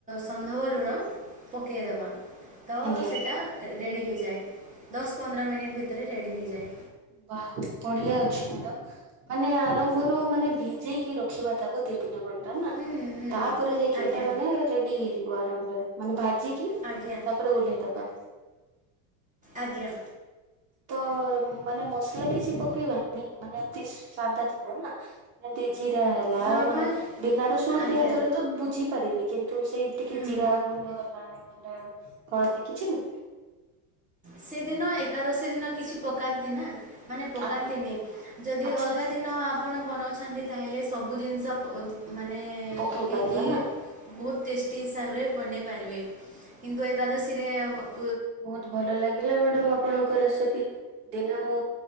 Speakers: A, on the right; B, on the right.
A: ସନ୍ଧବ ଲୁଣ ପକେଇେ ଦେବା ତ
B: ଆଜ୍ଞା।
A: ସେଟା ରେଡି ହେଇଯାଏ। ଦଶ ପନ୍ଦର ମିନିଟ ଭିତରେ ରେଡି ହେଇଯାଏ।
B: ବା ବଢିଆ ଅଛି ମ୍ୟାଡାମ ମାନେ ଆରମ୍ଭରୁ ମାନେ ଭିଜେଇକି ରଖିବା ତାକୁ ଦି ତି ତିନି ଘଣ୍ଟା ନା
A: ହୁଁ ହୁଁ
B: ତାପରେ ଯାଇକି
A: ଆଜ୍ଞା
B: ଏଇଟା ମାନେ ରେଡି ହେଇଯିବ <unintelligible> ମାନେ ଭାଜି ଭାଜିକି
A: ଆଜ୍ଞା
B: ତାପରେ ଓଲ୍ହେଇଦେବା
A: ଆଜ୍ଞା
B: ତ ମାନେ ମସଲା କିଛି ପକେଇବାନି ମାନେ ଏମତି ସାଦା ଥିବ ନା ଯେମତି ଜିରା ହେଲା
A: ନର୍ମାଲ୍
B: ମାନେ ବିନା ରସୁଣ
A: ଆଜ୍ଞା
B: ପିଆଜର ତ ବୁଝି ପାରିଲି କିନ୍ତୁ ସେଇ ଟିକେ
A: ହୁଁ
B: ଜିରା ଗୁଣ୍ଡ ହେଲା ହଳଦୀ କିଛି ନୁହୁଁ।
A: ସେଦିନ ଏକାଦଶୀ ଦିନ କିଛି ପକାନ୍ତି ନା ମାନେ ପକାନ୍ତିନି
B: ଆଜ୍ଞା
A: ଯଦି
B: ଆଚ୍ଛା
A: ଅଲଗା
B: ଆଚ୍ଛା
A: ଦିନ ଆପଣ ବନଉଛନ୍ତି ତାହେଲେ ସବୁ ଜିନିଷ ମାନେ
B: ପକେଇ
A: ପକେଇକି
B: ପାରିବା ନା
A: ବହୁତ ଟେଷ୍ଟି ହିସାବରେ ବନେଇ ପାରିବେ କିନ୍ତୁ ଏକାଦଶୀ ସେ ହବ
B: ବହୁତ ଭଲ ଲାଗେ ମ୍ୟାଡାମ ଆପଣଙ୍କ ରେସିପି ଦିନେ ମୁଁ